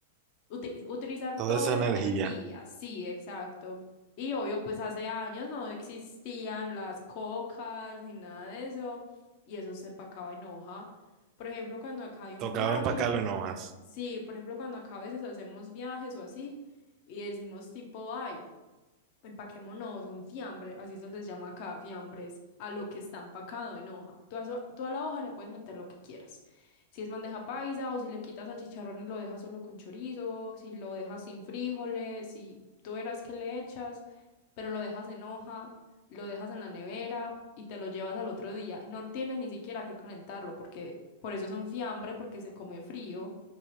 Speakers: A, on the left (about 50°); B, on the right (about 40°).
A: utili- utilizar
B: Toda
A: toda
B: esa energía.
A: esa energía, sí, exacto. Y obvio, pues hace años no existían las cocas ni nada de eso, y eso se empacaba en hoja. Por ejemplo, cuando acá hay un
B: Tocaba
A: viaje,
B: empacarlo en hojas.
A: sí, por ejemplo, cuando acá a veces hacemos viajes o así, y decimos tipo, ay, Empaquémonos un fiambre, así se les llama acá, fiambres, a lo que está empacado en hoja. Tú a, eso- tú a la hoja le puedes meter lo que quieras. Si es bandeja paisa o si le quitas al chicharrón y lo dejas solo con chorizo, si lo dejas sin frijoles, si tú verás que le echas, pero lo dejas en hoja, lo dejas en la nevera y te lo llevas al otro día. No tienes ni siquiera que calentarlo porque por eso es un fiambre, porque se come frío.